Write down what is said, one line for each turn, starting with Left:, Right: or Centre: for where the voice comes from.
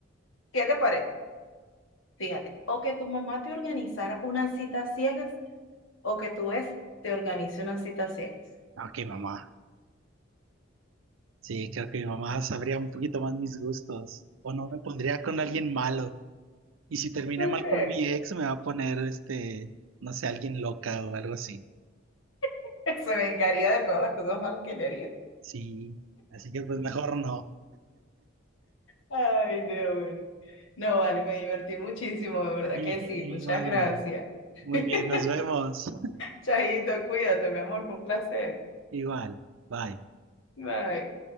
Left: ¿qué te parece? Fíjate, o que tu mamá te organizara una cita a ciegas o que tu ex te organice una cita a ciegas.
Right: Ok, mamá. Sí, creo que mi mamá sabría un poquito más mis gustos. O no me pondría con alguien malo. Y si terminé
Left: ¿No
Right: mal
Left: crees?
Right: con mi ex, me va a poner, este, no sé, alguien loca o algo así.
Left: <laughs> Se vengaría de todas las cosas malas que le haría.
Right: Sí, así que pues mejor no.
Left: Ay, Dios mío. No, vale, me divertí muchísimo, de verdad
Right: <laughs>
Left: que sí. Muchas
Right: Igual
Left: gracias.
Right: ya.
Left: <laughs>
Right: Muy bien, nos vemos. <laughs>
Left: Chaito, cuídate, mi amor, fue un placer.
Right: Igual, bye.
Left: Bye.